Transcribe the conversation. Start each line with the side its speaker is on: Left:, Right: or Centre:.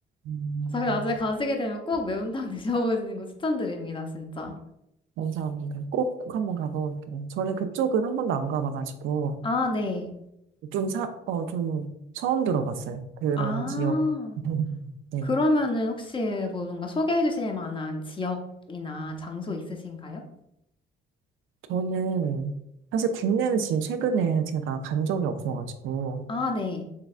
Right: 음,
Left: 그래서 나중에 가시게 되면 꼭 매운탕 <laughs> 드셔보시는 거 추천드립니다, 진짜.
Right: 감사합니다. 꼭, 꼭 한번 가보고 올게요. 저는 그쪽은 한 번도 안 가봐가지고.
Left: 아, 네.
Right: 좀 사, 어, 좀 처음 들어봤어요. 그런
Left: 아,
Right: 지역. <laughs> 네.
Left: 그러면은 혹시 뭐 뭔가 소개해 주실 만한 지역이나 장소 있으신가요?
Right: 저는 사실 국내는 지금 최근에 제가 간 적이 없어가지고
Left: 아, 네.